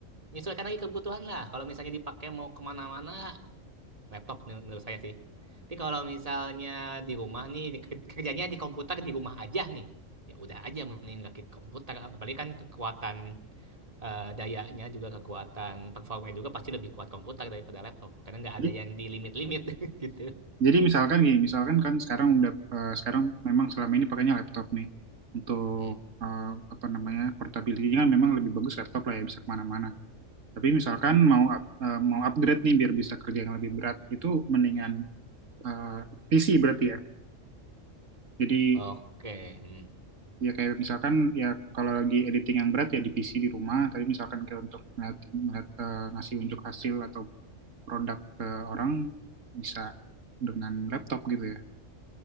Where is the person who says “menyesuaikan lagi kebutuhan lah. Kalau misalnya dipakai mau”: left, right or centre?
Right